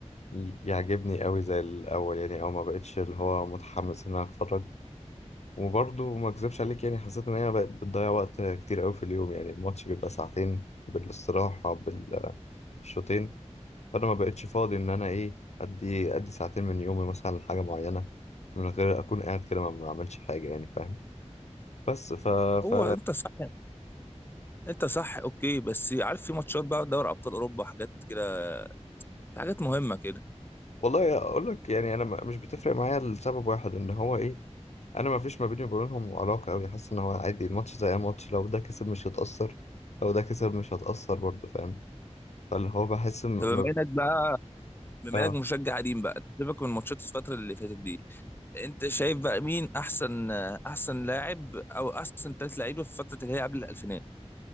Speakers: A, on the left; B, on the left.
A: ي- يعجبني قوي زي الأول يعني أو ما بقتش اللي هو متحمس إن أنا أتفرج وبرضه ما أكذبش عليك يعني حسيت إن هي بقت بتضيع وقت كتير قوي في اليوم يعني الماتش بيبقى ساعتين بالاستراحة بالشوطين فأنا ما بقتش فاضي إن أنا إيه أدي أدي ساعتين من يومي مثلا لحاجة معينة من غير أكون قاعد كده ما بعملش حاجة يعني فاهم بس ف
B: هو
A: ف
B: انت صح انت صح اوكي بس عارف في ماتشات بقى دوري ابطال اوروبا وحاجات كده في حاجات مهمه كده
A: والله أقول لك يعني أنا ما- مش بتفرق معايا لسبب واحد إن هو إيه انا ما فيش ما بيني وبينهم علاقه قوي حاسس ان هو عادي الماتش زي اي ماتش لو ده كسب مش هتاثر لو ده كسب مش هتاثر برضه فاهم فاللي هو بحس م... م-
B: طب بما انك بقى بما
A: اه
B: انك مشجع قديم بقى سيبك من ماتشات الفتره اللي فاتت دي انت شايف بقى مين احسن احسن لاعب او احسن ثلاث لعيبه في الفتره اللي هي قبل الالفينات